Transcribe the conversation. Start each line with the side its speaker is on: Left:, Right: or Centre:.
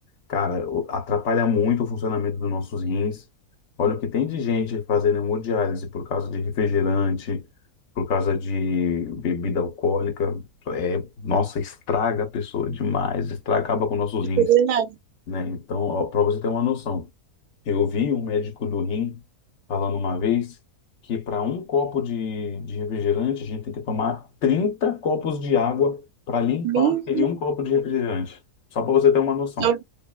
Left: cara, o- atrapalha muito o funcionamento dos nossos rins. Olha o que tem de gente fazendo hemodiálise por causa de refrigerante, por causa de bebida alcoólica. É, nossa, estraga a pessoa demais, estraga, acaba com nossos rins,
Right: fazer nada.
Left: né? Então, para você ter uma noção. Eu vi um médico do rim falando uma vez que para um copo de, de refrigerante a gente tem que tomar 30 copos de água para limpar
Right: Nem-
Left: aquele um copo de refrigerante. Só para você ter uma noção.
Right: Eu,